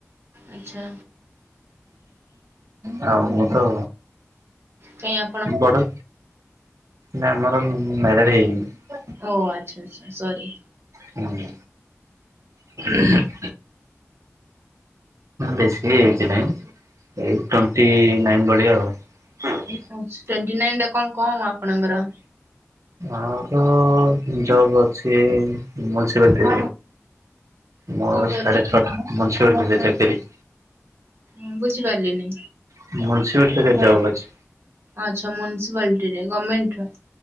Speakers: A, on the right (about 50°); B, on the right (about 80°).
A: ଆଚ୍ଛା
B: ହଁ ମୁଁ ତ
A: କାଇଆ
B: ବଡ, ନା ଆମର ମ୍ୟାରେଡ ହେଇନି ‌।
A: ଓ ଆଚ୍ଛା ଆଚ୍ଛା ସରି।
B: ହୁଁ <unintelligible> ବେଶ ଇଜି ନାହିଁ, ଏଇ ଟୋନଣ୍ଟି ନାଇନ ଭଳିଆ ଆଉ।
A: ଆଚ୍ଛା ଟ୍ୱଣ୍ଟି ନାଇନ ଟା କଣ କମ ଆପଣଙ୍କର?
B: ଆର ଜବ ଅଛି ଅଛି ବୋଧେ। ମୋର
A: କଣ କହିଲେ?
B: ସାଢେ ଛଅଟା <unintelligible> ଚାକିରି।
A: ହୁଁ ବୁଝିପାରିଲିନି।
B: <unintelligible> ଜବ୍ ଅଛି।
A: ଆଚ୍ଛା! ମୁ୍ନିସିପାଲିଟି ରେ ଗଭର୍ଣ୍ଣମେଣ୍ଟ ର।